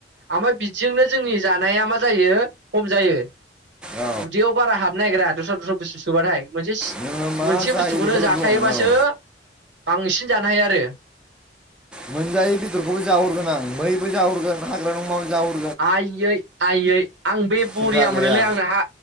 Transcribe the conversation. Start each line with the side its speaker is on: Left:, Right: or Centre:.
Right: ओमफाय बिदिजोंनो जोंनि जानाया मा जायो खम जायो।
Centre: औ
Right: उदैयाव बारा हाबनो नागिरा दस्रा दस्रा बुस्थु सोबाथाय, मोनसेसि
Centre: नोङो मा
Right: मोनसे
Centre: जायो
Right: बुस्थुखौनो
Centre: बेखौल'
Right: जाखायोबासो
Centre: बुं औ
Right: बांसिन जानो हायो आरो।
Centre: मोनजायै बेदरखौबो जाहोहरगोन आं मैबो जाहोहरगोन हाग्रानि अमाबो जाहोहरगोन।
Right: आइयै आइयै आं बे
Centre: सिन्था
Right: बरिया
Centre: गैया
Right: मोनोलै आंना हा